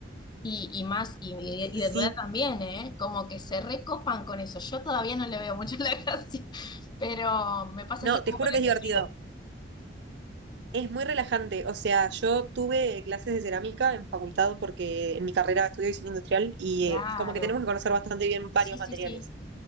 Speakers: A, on the left; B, on the right.
A: y, y más, y, y
B: Sí.
A: de tu edad también, ¿eh? Como que se recopan con eso. Yo todavía no le veo mucho <laughs> la gracia, pero me pasa
B: No,
A: así como
B: te juro
A: con
B: que
A: el
B: es
A: tejido.
B: divertido. Es muy relajante. O sea, yo tuve clases de cerámica en facultad porque en mi carrera estudio diseño industrial y
A: Claro,
B: eh, como que tenemos que conocer bastante bien
A: sí,
B: varios
A: sí,
B: materiales.
A: sí,